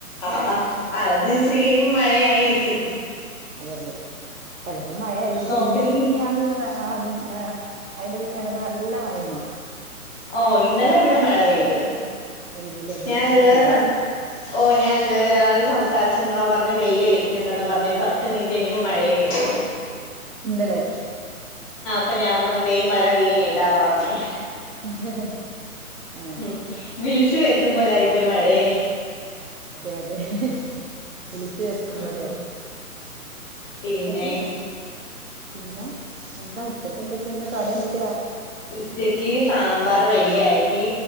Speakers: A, on the left; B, on the right.
A: ആ അത്ഇ ച്ചരി കഴിയുമ്പോ മഴായാ യിരിക്കും
B: അതെ അതെ ചെലപ്പോ മഴായി പക്ഷെ
A: നോക്കി
B: ഇന്നലിം
A: നിക്കുമ്പോ
B: മിനിഞ്ഞാന്നും അഅതിന്റെ അയിന്റെ പിറ്റേന്നൊക്കെ നല്ല മഴയാ യേനി
A: ഓ ഇന്നലെ ഇവിടെ മഴ പെയ്ത്
B: പെയ്തൂലേ ഇവിടെ
A: ഞാനത്
B: നല്ല
A: വരെ
B: മഴ
A: സംസാഓ ഞാനത് അ ഒരാള സംസാരിച്ച് നിന്നപ്പോ പറഞ്ഞ് വെയിൽഅടിക്കുന്നുണ്ടെന്നോ പറഞ്ഞ ഒരു പത്ത് മിനിറ്റ് കഴിഞ്ഞപ്പോൾ മഴയും പെയ്തു
B: ഇന്നലെ
A: അപ്പോ ഞാൻ പറഞ്ഞ് ദേ മഴ വീണേട്ടാന്ന് പറഞ്ഞ്
B: <inaudible> ആ
A: ഉം വിളിച്ചു വരുത്തുമ്പോലായി പോയി മഴയെ
B: അതെ വിളിച്ചു വരുത്തും
A: ഉം
B: പോലായി
A: ഉം പിന്നെ
B: അത് പിന്നെ എന്താ ഉച്ചക്ക് എന്തൊക്കെയ ഇന്ന് കടി എന്തൊക്ക
A: ഉച്ചക്ക് സാമ്പ സമ്പാർ റെഡിയാക്കി